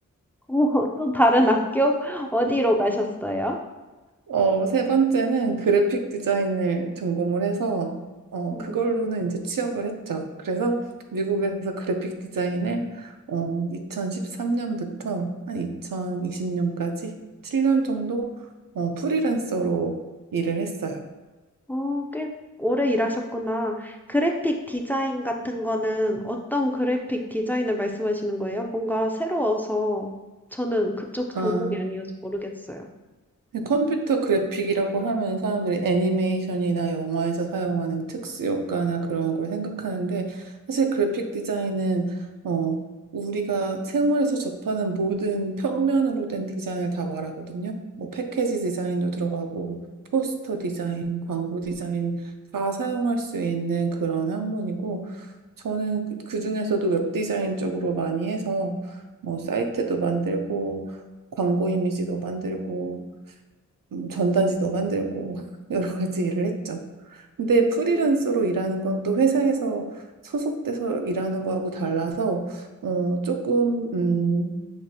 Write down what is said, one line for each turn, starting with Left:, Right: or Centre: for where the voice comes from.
Centre: 오, <laughs> 또 다른 학교? 어디로
Right: <laughs>
Centre: 가셨어요?
Right: 어, 세 번째는 그래픽 디자인을 전공을 해서 어,
Centre: 음.
Right: 그걸로는 이제 취업을 했죠. 그래서 미국에서 그래픽 디자인을 어, 2013년부터 한 2020년까지 7년 정도 어, 프리랜서로 일을 했어요.
Centre: 어, 꽤 오래 일하셨구나. 그래픽 디자인 같은 거는 어떤 그래픽 디자인을 말씀하시는 거예요? 뭔가 새로워서 저는 그쪽
Right: 아,
Centre: 전공이 아니어서 모르겠어요.
Right: 근데 컴퓨터 그래픽이라고 하면 사람들이 애니메이션이나 영화에서 사용하는 특수 효과나 그런 걸 생각하는데 사실 그래픽 디자인은 어, 우리가 생활에서 접하는 모든 평면으로 된 디자인을 다 말하거든요. 뭐 패키지 디자인도 들어가고 포스터 디자인, 광고 디자인 다 사용할 수 있는 그런 학문이고 저는 그, 그중에서도 웹 디자인 쪽으로 많이 해서 뭐 사이트도 만들고 광고 이미지도 만들고 음, 전단지도 만들고 <laughs> 여러 가지 일을 했죠. 근데 프리랜서로
Centre: 어,
Right: 일하는 건 또 회사에서 소속돼서 일하는 거하고 달라서 어, 조금 음,